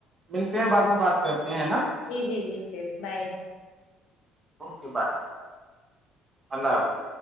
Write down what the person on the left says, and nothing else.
جی جی جی پھر بائے